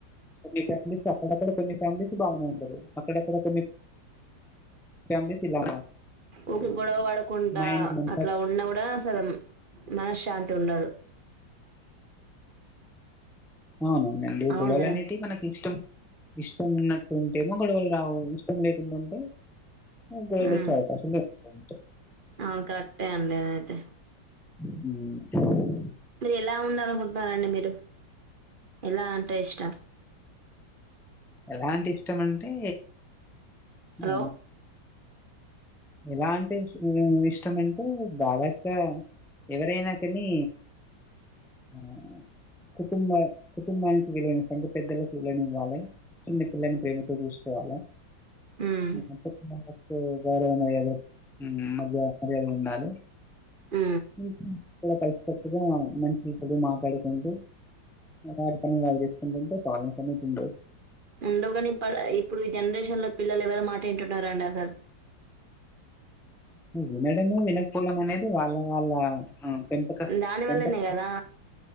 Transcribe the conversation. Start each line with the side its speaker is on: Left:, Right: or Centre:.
Centre: కొన్ని ఫ్యామిలీస్ అక్కడక్కడ కొన్ని ఫ్యామిలీస్ బాగనే ఉంటరు అక్కడక్కడ కొన్ని ఫ్యామిలీస్ ఇలా
Right: ఊకే
Centre: ఆ!
Right: గొడవ పడుకుంటా
Centre: మైండ్ మనక
Right: అట్లా ఉన్నా కూడా అసలు మనశ్శాంతి ఉండదు.
Centre: అవును అండి
Right: అవును
Centre: గొడవలు
Right: కదా
Centre: అనేటియి మనకిష్టం. ఇష్టం ఉన్నట్టుంటేమో గొడవలు రావు, ఇష్టం లేకుండా ఉంటే గొడవలు
Right: ఉమ్
Centre: వచ్చే అవకాశాలు ఎక్కువ ఉంటయి.
Right: అవును కరెక్టే అండి అదైతే.
Centre: ఉ
Right: మీరు ఎలా ఉండాలనుకుంటున్నారంండి మీరు ఎలా అంటే ఇష్ట
Centre: ఎలా అంటే ఇష్టం అంటే
Right: హలో
Centre: ఓ ఎలా అంటే ఉ ఇష్టం అంటే దాదాపుగా ఎవరైనా కాని ఉ కుటుంబ కుటుంబానికి వీలై సంటే పెద్దలలకు వీలైనే ఇవ్వాలి చిన్న పిల్లని ప్రేమతో చూసుకోవాలా
Right: ఉమ్
Centre: మనంత మనతో గౌరవ మరియ ఉ మరియ మరియాదు గా ఉండాలి
Right: ఉ
Centre: ఉహు కూడా కలిసికట్గా మంచి చెడు మాట్లాడుకుంటూ మాటాడు కాని వాల్ చేసుకుంటూ ఉంటే కామెంట్ అనేది ఉండదు
Right: ఉండువు కాని ఇపాడ ఇప్పుడు ఈ జనరేషన్ లో పిల్లలు ఎవరు మాట ఇంటున్నారంండి అసలు
Centre: ఉ వినడము వినకపోవడం అనేది వాళ్ళ వాళ్ళ ఆ పెంపక
Right: దాని
Centre: పెంపక
Right: వల్లనే కదా